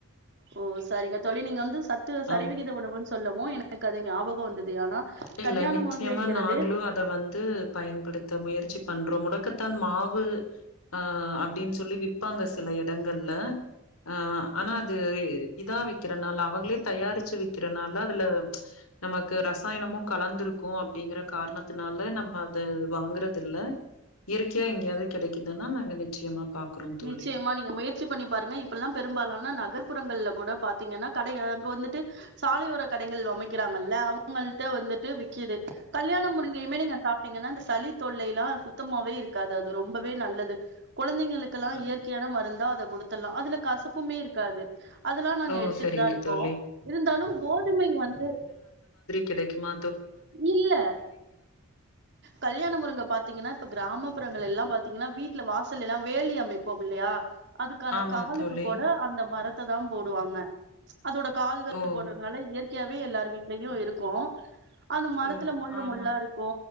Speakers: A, on the right; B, on the left.
A: ஓ சரிங்க தோழி நீங்க வந்து சத்து சரிவிகிதோ
B: ஆ
A: உணவு சொல்லவு எனக்கு அது ஞாபகம் வந்தது ஆனா
B: இல்ல
A: கல்யாண
B: நிச்சயமா
A: முருங்கைங்கிறது
B: நாங்களு அத வந்து பயன்படுத்த முயற்சி பண்றோ முடக்கத் தான் மாவு அ அப்டின் சொல்லி விப்பாங்க சில இடங்கள்ல அ ஆனா அது இ இதா விக்கறனால அவங்களே தயாரிச்சு விக்கறனால அதுல நமக்கு ரசாயனமு கலந்துருக்கு அப்டிங்கற காரணத்துனால நம்ம அது வாங்கறது இல்ல இயற்கையா எங்கேயாவது கெடைக்கிதுன்னா நாங்க நிச்சயமா பாக்குறோ தோழி
A: நிச்சயமா நீங்க முயற்சி பண்ணி பாருங்க இப்பல்லா பெரும்பாலான்ன நகர்ப்புறங்கள்ல கூட பாத்தீங்ன்னா கடை அங்க வந்துட்டு சாலையோர கடைகள் அமைக்கிறாங்கல்ல அவுங்கள்ட்ட வந்துட்டு விக்கிது கல்யாணம் முறைங்கையுமே நீங்க சாப்டிங்கன்னா இந்த சளி தொல்லெல்லா சுத்தமாவே இருக்காது அது ரொம்பவே நல்லது கொழந்தைங்கள் ல்லா
B: அ,
A: இயற்கையான மருந்தா கொடுத்தர்லா அதுல கசப்புமே இருக்காது அதெல்லா நாங்க
B: ஓ
A: எடுத்துட்டுதா
B: சரிங்க
A: இருக்கோ
B: தோழி
A: இருந்தாலு கோதுமை வந்து
B: கிடைக்குமா
A: இல்ல கல்யாண முருங்க பாத்தீங்கன்னா இப்ப கிராமப் புறங்களெல்லாம் பாத்தீங்கின்னா வீட்ல வாசலெல்லா வேலி அமைப்போம் இல்லையா அதுக்கான
B: ஆமா
A: காலுக்கு
B: தோழி
A: கொட அந்த மரத்து தான் போடுவாங்க அதோட கால்கள்
B: ஓ
A: போடுறதுனால இயற்கையாவே எல்லாரு வீட்லயு இருக்கு அந்த மரத்துல
B: ஓ
A: முள்ளு
B: ஆஹா
A: முள்ளாருக்கு